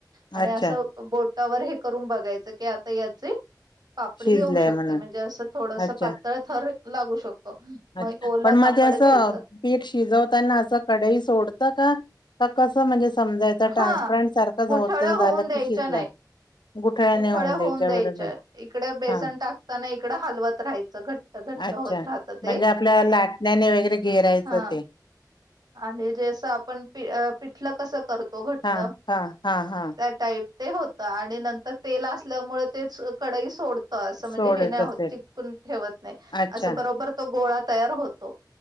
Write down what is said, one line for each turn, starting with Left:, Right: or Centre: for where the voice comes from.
Right: आणि
Left: अच्छा
Right: असं बोट टावर हे करून बघायचं की आता याचे पापडी
Left: शिजलंय
Right: येऊ शकते
Left: म्हणून
Right: म्हणजे असं थोडसं
Left: अच्छा
Right: पातळ थर लागू शक तो
Left: अच्छा
Right: मग ओला
Left: पण म्हणजे
Right: कापड
Left: असं
Right: घ्यायचं
Left: पीठ शिजवताना असं कडई सोडतं का का कसं म्हणजे? समजायचं
Right: हा
Left: ट्रान्स्परंट सारखं झा
Right: गुठळ्या
Left: होतं झालं
Right: होऊन द्यायच्या
Left: की शिजलं.
Right: नाही
Left: गुठळ्याने
Right: गुठळ्या
Left: द्यायच्या
Right: होऊन द्यायचे
Left: बरोबर
Right: इकडे बेसन
Left: हा
Right: टाकताना इकड हलवत राहायचं घट्ट घट्ट
Left: अच्छा.
Right: होत राहतात.
Left: म्हणजे आपल्या लाटण्याने वगैरे घेरायचं
Right: हा
Left: ते
Right: आणि रेस आपण प अ पिठलं कसं कर तो घट्ट
Left: हा हा हा हा.
Right: त्या टाईप. ते होत आणि नंतर तेल असल्यामुळे ते कडाई सोड त अस म्हणजे
Left: सोडत
Right: हे नाही
Left: असेल
Right: चिटकून ठेवत नाही
Left: अच्छा.
Right: अस बरोबर तो गोळा तयार होतो